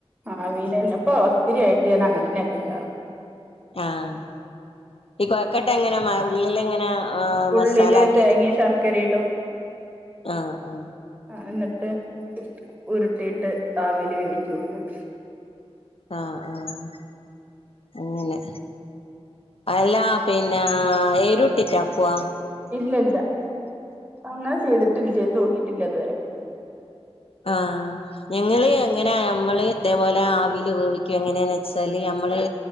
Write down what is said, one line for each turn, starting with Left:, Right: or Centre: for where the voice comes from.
Right: ആ വീട്ന്നെ ഇപ്പൊ ഒത്തിരി ആയിട്ട് ഞാൻ അങ്ങനെ തന്നെയാ ചെയ്യാറ്
Left: ആഈ കൊഴക്കട്ട എങ്ങനെ മ ഉള്ളില എങ്ങനെ ആമസാലാക്കിറ്റ്‌
Right: ഉള്ളില് തേങ്ങയും ശർക്കരയും ഇടും
Left: അ അ
Right: അ ഹ്ന്നിട്ട് ഉരുട്ടിയിട്ട് അവിൽ വേവിച്ചെടുക്കും
Left: ആആഅങ്ങനെ അല്ലാ പിന്നെ ഏരുട്ടിറ്റ ആക്കുവ
Right: ഇല്ല ഇല്ല അങ്ങനെ ചെയ്തിട്ടില്ല ചെയ്ത് നോക്കിട്ടില്ല ഇതുവരെ
Left: ആ ഞങ്ങള് എങ്ങനെ നമ്മള് ഇതേപോലെ ആവിൽ വേവിക്ക എങ്ങനെയന്ന് വെച്ചാല് നമ്മള്